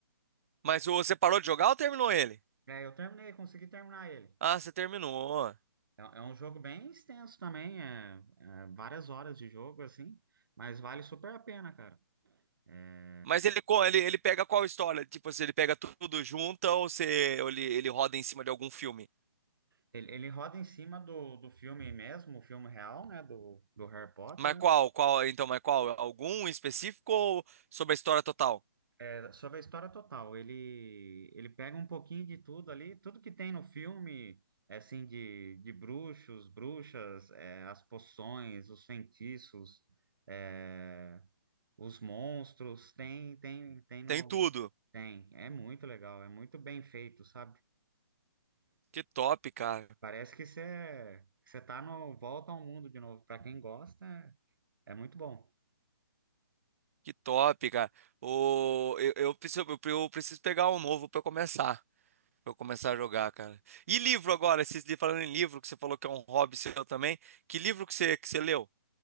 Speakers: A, on the right; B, on the right.
A: Mas o- você parou de jogar ou terminou ele?
B: É, eu terminei, consegui terminar ele.
A: Ah, você terminou.
B: É, é um jogo bem extenso também, é, é várias horas de jogo, assim, mas vale super a pena, cara. É,
A: Mas ele, co- ele, ele pega qual história? Tipo, se ele pega tudo junto ou se ele, ele roda em cima de algum filme?
B: Ele, ele roda em cima do, do filme mesmo, o filme real, né, do, do Harry Potter.
A: Mas
B: né?
A: qual? Qual? Então, mas qual? Algum em específico ou sobre a história total?
B: É sobre a história total. Ele, ele pega um pouquinho de tudo ali, tudo que tem no filme, assim, de, de bruxos, bruxas, é, as poções, os feitiços, é, os monstros, tem, tem, tem no...
A: Tem tudo.
B: Tem, é muito legal, é muito bem feito, sabe?
A: Que top, cara.
B: Parece que você você tá no Volta ao Mundo de novo. Para quem gosta, é é muito bom.
A: Que top, cara. O, eu, eu preciso, eu preciso pegar um novo pra eu começar. Pra eu começar a jogar, cara. E livro agora? Esses, li- falando em livro, que você falou que é um hobby seu também. Que livro que você, que você leu?